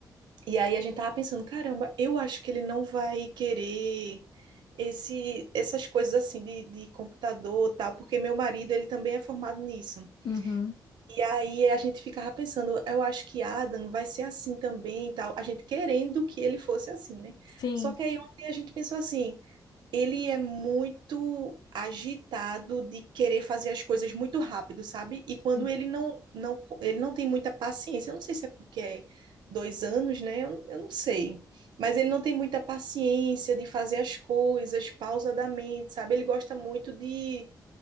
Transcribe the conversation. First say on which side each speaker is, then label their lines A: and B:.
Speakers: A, on the right (about 80°); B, on the left (about 65°).
A: e aí a gente tava pensando, caramba, eu acho que ele não vai querer esse, essas coisas assim de, de computador e tal, porque meu marido, ele também é formado nisso.
B: Uhum.
A: E aí a gente ficava pensando, eu acho que Adam vai ser assim também e tal. A gente querendo que ele fosse assim, né?
B: Sim.
A: Só que aí ontem a gente pensou assim, ele é muito agitado de querer fazer as coisas muito rápido, sabe? E quando
B: Sim.
A: ele não, não, ele não tem muita paciência, eu não sei se é porque é dois anos, né? Eu, eu não sei. Mas ele não tem muita paciência de fazer as coisas pausadamente, sabe? Ele gosta muito de